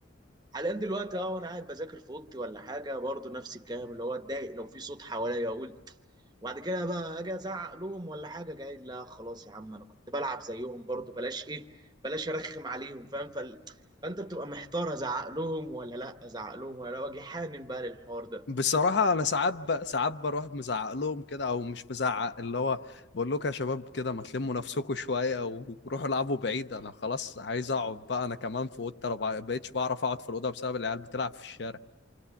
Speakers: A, on the right; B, on the left.
A: حاليا دلوقتي اه وانا قاعد بذاكر في اوضتي ولا حاجة برضو نفس الكلام اللي هو اتضايق لو في صوت حواليا اقول وبعد كده بقى اجي ازعق لهم ولا حاجه قايل لا خلاص يا عم انا كنت بلعب زيهم برضو بلاش ايه بلاش ارخم عليهم فاهم فال... فانت بتبقى محتار ازعق لهم ولا لا ازعق لهم ولا لا واجي حانن بقى للحوار ده
B: بصراحه انا ساعات ب... ساعات بروح مزعق لهم كده او مش مزعق اللي هو بقول لكم يا شباب كده ما تلموا نفسكم شويه وروحوا العبوا بعيد انا خلاص عايز اقعد بقى انا كمان في اوضتي انا ما بقيتش بعرف اقعد في الاوضه بسبب العيال بتلعب في الشارع